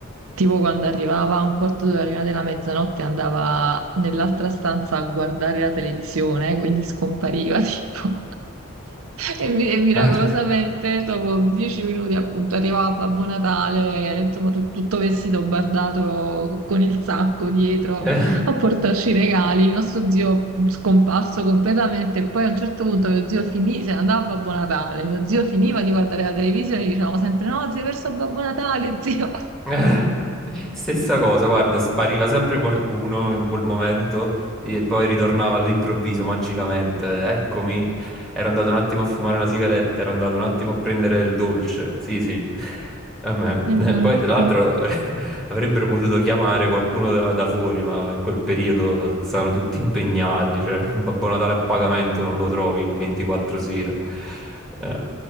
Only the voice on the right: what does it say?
tipo quando arrivava a un quarto d'ora prima della mezzanotte andava nell'altra stanza a guardare la televisione, quindi scompariva <laughs> tipo. E, mi- e miracolosamente
dopo dieci minuti appunto arrivava Babbo Natale, insomma tu- tutto vestito bardato con il sacco dietro
a portarci i regali. Il nostro zio scomparso completamente e poi a un certo punto mio zio finì, se ne andava a Babbo Natale. Mio zio finiva di guardare la televisione e dicevamo sempre: No, si è perso Babbo Natale, zio. <laughs>
Esatto.